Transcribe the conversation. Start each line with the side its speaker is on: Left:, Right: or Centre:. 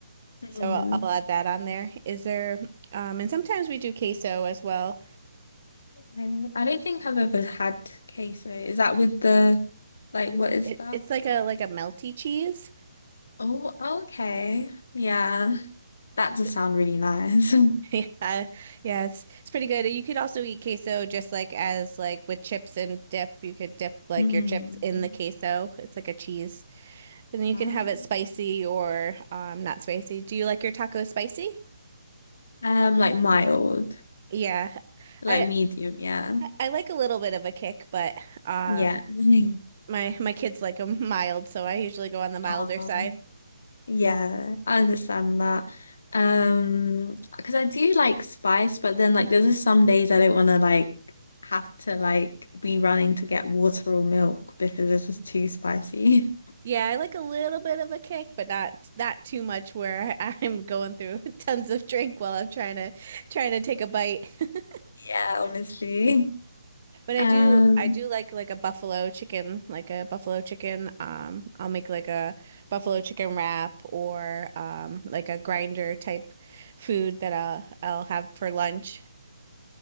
Left: Hmm.
Right: So I'll I'll add that on there. Is there, um, and sometimes we do queso as well.
Left: Mm, I don't think I've ever had queso. Is that with the like
Right: It,
Left: what is
Right: it
Left: that?
Right: it's like a like a melty cheese.
Left: Oh, okay. Yeah. That does
Right: <laughs>
Left: sound really nice. <laughs>
Right: Yeah, yeah, it's it's pretty good. You could also eat queso just like as like with chips and dip. You could dip like
Left: Mm,
Right: your chips in the queso. It's like a cheese, and then
Left: nice.
Right: you can have it spicy or um not spicy. Do you like your taco spicy?
Left: Um, like mild.
Right: Yeah,
Left: Like
Right: I
Left: medium, yeah.
Right: I like a little bit of a kick, but um
Left: Yeah. <laughs>
Right: my my kids like them mild, so I usually go on the milder
Left: Oh,
Right: side.
Left: yeah, I understand that. Um, because I do like spice, but then like there's just some days I don't want to like have to like be running to get water or milk because it's just too spicy. <laughs>
Right: Yeah, I like a little bit of a kick, but not not too much where <laughs> I'm going through <laughs> tons of drink while I'm trying to trying to take a bite. <laughs>
Left: Yeah, honestly.
Right: But I
Left: Um,
Right: do I do like like a buffalo chicken, like a buffalo chicken. Um, I'll make like a buffalo chicken wrap or um like a grinder type food that I'll I'll have for lunch.